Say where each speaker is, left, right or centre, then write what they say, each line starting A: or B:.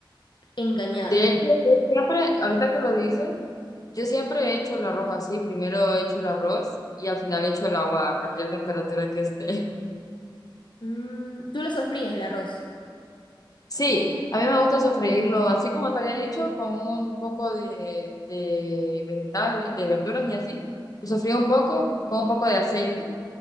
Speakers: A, on the left; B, on the left.
A: Engañada.
B: De hecho, yo siempre, ahorita que lo dices, yo siempre he hecho el arroz así. Primero he hecho el arroz y al final he hecho el agua a cualquier temperatura que esté.
A: Mm, tú lo sofríes el arroz.
B: Sí, a mí me gusta sofreírlo, así como te había dicho, con un poco de, de vegetales, de verduras y así. Lo sofrío un poco con un poco de aceite